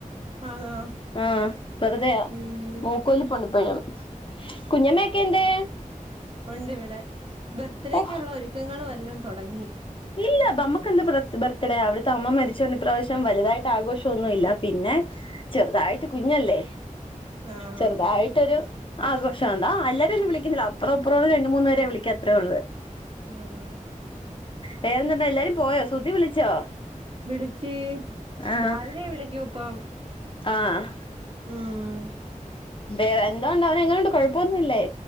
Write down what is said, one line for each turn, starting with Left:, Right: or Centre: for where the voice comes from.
Right: ആന്നോ
Left: ആഹ് വെറുതെയാ.
Right: ഉം
Left: മൂക്കൊലിപ്പ്ണ്ടിപ്പഴും. കുഞ്ഞ മേക്കന്ത്
Right: കൊണ്ട് വിടെ ബർത്ത്ഡേക്ക്ള്ളെ
Left: ഓ
Right: ഒരുക്കങ്ങള് എല്ലാ തൊടങ്ങി
Left: ഇല്ല ബമ്മക്കെന്ത് ബ്ര ബെർ ത്തിടെ അവിടുത്തെ അമ്മ മരിച്ചോണ്ട് ഇപ്രാവശ്യം വലുതായിട്ട് ആഘോഷൊന്നുല്ല പിന്നെ ചെറുതായിട്ട് കുഞ്ഞല്ലേ
Right: ആഹ്
Left: ചെറുതായിട്ടൊരു ആഘോഷം അധ അല്ലാരൊന്നു വിളിക്കിന്ന്ല്ല അപ്പറ ഇപ്പറുവെ രണ്ട് മൂന്ന് പെരെ വിളിക്കാ അത്രേ ഒള്ളു
Right: ആഹ്
Left: വേറെന്തുണ്ട് എല്ലാരും പോയോ സുതി വിളിച്ചോ?
Right: വിളിച്ച്.
Left: ആഹ്
Right: രാവിലെ വിളിക്കൂപ്പം
Left: ആഹ്
Right: ഉം
Left: വേറെ എന്താ ഉണ്ട് അവന് എങ്ങനെയുണ്ട് കൊഴപ്പമൊന്നുംല്ലേ